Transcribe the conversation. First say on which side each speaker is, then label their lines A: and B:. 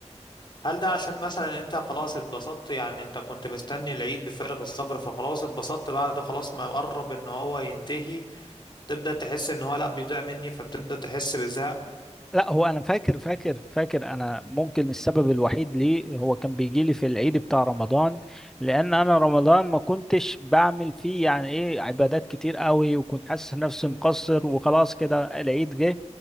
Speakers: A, on the left (about 40°); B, in the centre.
A: هل ده عشان مثلا انت خلاص اتبسطت يعني انت كنت مستني العيد بفارغ الصبر فخلاص اتبسطت بعد خلاص ما قرب ان هو ينتهي تبدأ تحس ان هو لا بيضيع مني فبتبدأ تحس بالزهق
B: لا هو انا فاكر فاكر فاكر انا ممكن السبب الوحيد ليه هو كان بيجي لي في العيد بتاع رمضان لان انا رمضان ما كنتش بعمل فيه يعني ايه عبادات كتير قوي وكنت حاسس نفسي
A: ده
B: مقصر وخلاص كده العيد جه